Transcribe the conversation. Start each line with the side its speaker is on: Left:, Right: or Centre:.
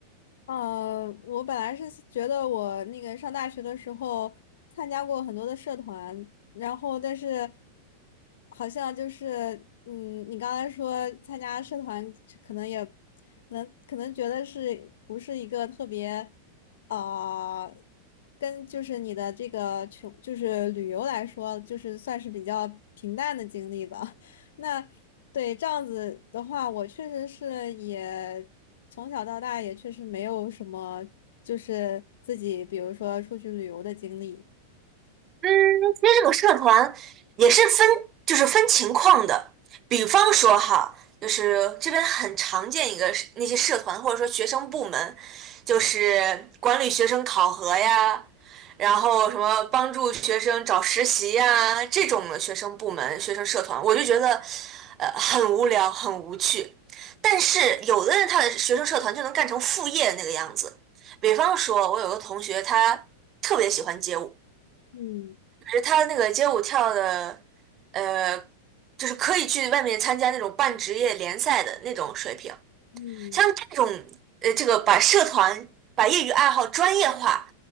Left: 呃，我本来是觉得我那个上大学的时候参加过很多的社团，然后但是好像就是，嗯，你刚才说参加社团可能也能可能觉得是不是一个特别啊、呃跟就是你的这个穷就是旅游来说，就是算是比较平淡的经历吧。<laughs> 那对这样子的话，我确实是也。从小到大也确实没有什么，就是自己比如说出去旅游的经历。
Right: 嗯，其实这个社团也是分，就是分情况的。比方说哈，就是这边很常见一个是那些社团或者说学生部门，就是管理学生考核呀，然后什么帮助学生找实习呀这种的学生部门、学生社团，我就觉得呃很无聊、很无趣。但是有的人他的学生社团就能干成副业那个样子。比方说，我有个同学他特别喜欢街舞。
Left: 嗯
Right: 是他那个街舞跳的，呃，就是可以去外面参加那种半职业联赛的那种水平。
Left: 嗯
Right: 像这种，呃，这个把社团、把业余爱好专业化，